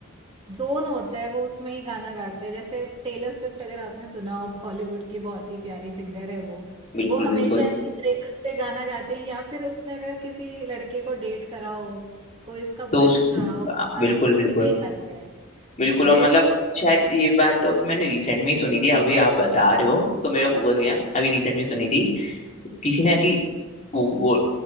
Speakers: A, on the right; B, on the left.
A: जोन होता है वो उसमें ही गाना गाते हैं जैसे टेलर स्विफ्ट अगर आपने सुना हो हॉलीवुड की बहुत ही प्यारी सिंगर है वो
B: <laughs> बिल्कुल
A: वो हमेशा
B: बिल्कुल
A: ही ब्रेकअप पे गाना गाते हैं या फिर उसने अगर किसी लड़के को डेट करा हो कोई इसका
B: तो
A: बॉयफ्रेंड
B: उस
A: रहा हो बंदा
B: आ, बिल्कुल
A: रहा हो, उसके
B: बिल्कुल
A: लिए ही गाते हैं
B: बिल्कुल और
A: ये
B: मतलब
A: तो
B: शायद ये बात तो अभी मैंने रिसेंट में ही सुनी थी अभी आप बता रहे हो तो मेरा फोकस गया अभी रिसेंट में सुनी थी किसी ने ऐसी वो वो